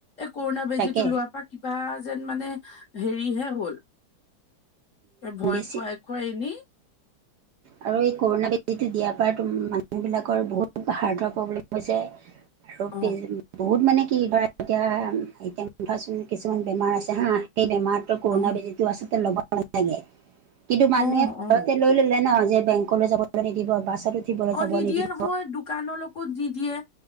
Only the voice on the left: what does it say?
এই কৰুণা বেজীটো
লোৱাৰ পৰা কিবা যেন মানে হেৰিহে হ'ল। এ ভয়
খুৱাই খুৱাই এনেই।
অ
অ
অ
অ
অঁ,
নিদিয়ে
নহয় দোকানৰলৈকো নিদিয়ে